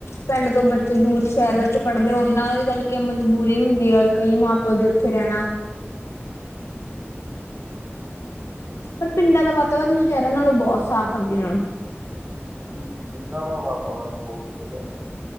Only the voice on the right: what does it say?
ਹਾਂਜੀ
ਹਾਂਜੀ
ਹਮ ਬਿਲਕ <unintelligible>
ਜੀ- ਜੀ, ਪਿੰਡਾਂ ਦਾ ਵਾਤਾਵਰਨ, ਬਹੁਤ ਸੁਧ ਹੈ ਜੀ।